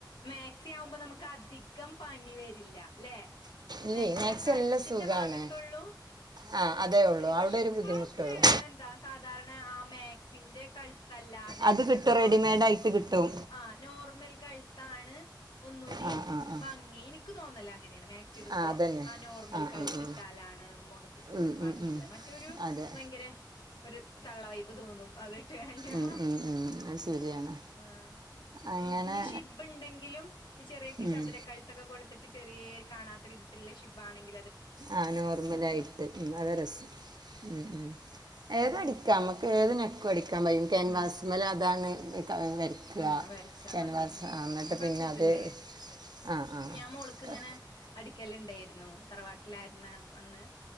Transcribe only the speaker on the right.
ഇല്ലേ
മാക്സി
എല്ലാം സുഖമാണ്
ആ അതേ ഉള്ളൂ
അവിടെ ഒരു
ബുദ്ധിമുട്ടുള്ളൂ
അത് കിട്ടും
റെഡിമെയ്ഡ് ആയിട്ട് കിട്ടും
ആ ആ ആ
ആ അതന്നെ
ആ ആ
ഉം,
ഉം, ഉം.
അതെ
ഉം, ഉം, ഉം. അത് ശരിയാണ്
അങ്ങനെ
ഉം.
ആ നോർമലായിട്ട് ഉം അതാ രസം ഉം ഉം ഏതും
അടിക്കാ ഞമ്മക്ക് ഏത് നക്കും അടിക്കാൻ പയും ക്യാൻവാസ്
മല് അതാണ് വരക്കാ
കേൻവാസ്
ന്നട്ട്
പിന്നെ
അത് ആ ആ